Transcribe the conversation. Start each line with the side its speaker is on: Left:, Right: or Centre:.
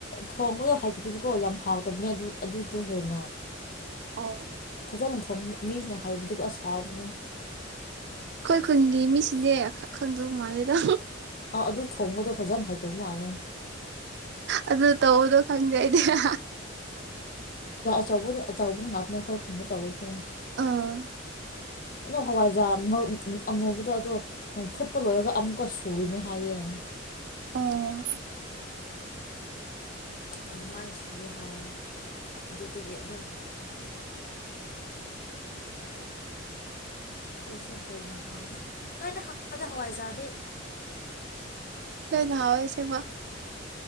Left: ꯊꯣꯡꯕꯗꯣ ꯍꯩꯇꯗꯗꯤꯀꯣ ꯌꯥꯝ ꯍꯥꯎꯇꯕꯅꯦ ꯑꯗꯨꯗꯣ ꯍꯦꯟꯅ
Right: ꯑꯣ
Left: ꯖꯒ ꯊꯣꯡ ꯃꯤꯁꯤꯅ ꯍꯥꯏꯕꯗꯨꯕꯨ ꯑꯁꯥꯎꯕꯅꯦ
Right: ꯑꯩꯈꯣꯏ ꯈꯨꯟꯒꯤ ꯃꯤꯁꯤꯅꯦꯈꯛ ꯈꯪꯗꯧ ꯃꯥꯜꯂꯦꯗ
Left: ꯑ ꯑꯗꯨ ꯊꯣꯡꯕꯗꯣ ꯐꯖꯅ ꯍꯥꯏꯗꯧ ꯃꯥꯜꯂ
Right: ꯑꯗꯨꯗ ꯇꯧꯗꯣ ꯀ ꯈꯪꯗꯦ ꯏꯗ
Left: ꯑꯆꯧꯕꯗ ꯑꯆꯧꯕ ꯉꯥꯛꯅꯦ ꯑꯩꯈꯣꯏ ꯈꯨꯟꯅ ꯇꯧꯔꯤꯁꯦ
Right: ꯑꯥ꯫
Left: ꯑꯗꯨ ꯍꯋꯥꯏꯖꯥ ꯑꯃꯨꯕꯗꯣ ꯑꯗꯣ ꯐꯨꯠꯄ ꯂꯣꯏꯔꯒ ꯑꯃꯨꯛꯀ ꯁꯨꯔꯤꯅꯦ ꯍꯥꯏꯌꯦ
Right: ꯑꯣ
Left: ꯑꯗꯨꯃꯥꯏꯅ ꯁꯨꯏꯦ ꯍꯥꯏꯌꯦ ꯑꯗꯨꯗꯒꯤ ꯑꯗꯨꯝ ꯁꯨ ꯍꯦꯟꯅꯥ ꯍꯥꯎ ꯋꯦ ꯂꯣꯏꯅꯥ ꯍꯥꯑꯣꯏꯗ ꯍꯑꯋꯥꯏꯖꯔꯗꯤ꯫
Right: ꯂꯣꯏꯅꯥ ꯍꯥꯎꯏ ꯑꯁꯦꯡꯕ꯫